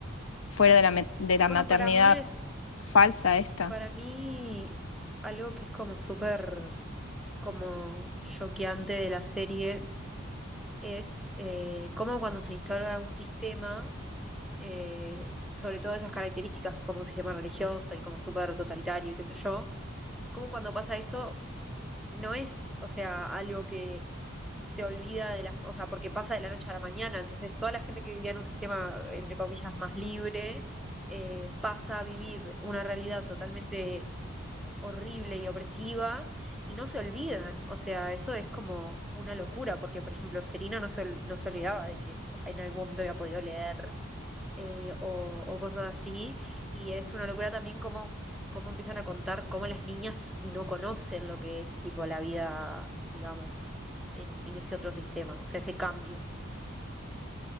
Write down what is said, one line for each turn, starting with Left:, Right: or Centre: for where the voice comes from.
Left: fuera
Centre: Claro.
Left: de la, ma- de la
Centre: Bueno,
Left: maternidad
Centre: para mí es,
Left: falsa esta.
Centre: para mí, algo que es como súper como choqueante de la serie es eh, cómo cuando se instala un sistema, eh, sobre todo esas características que como un sistema religioso y como súper totalitario y qué sé yo, cómo cuando pasa eso no es, o sea, algo que se olvida de las, o sea, porque pasa de la noche a la mañana, entonces toda la gente que vivía en un sistema, entre comillas, más libre, eh, pasa a vivir una realidad totalmente horrible y opresiva y no se olvidan. O sea, eso es como una locura, porque por ejemplo, Serina no se, ol- no se olvidaba de que en algún momento había podido leer eh, o, o cosas así. Y es una locura también cómo, cómo empiezan a contar cómo las niñas no conocen lo que es tipo la vida, digamos, en, en ese otro sistema, o sea, ese cambio.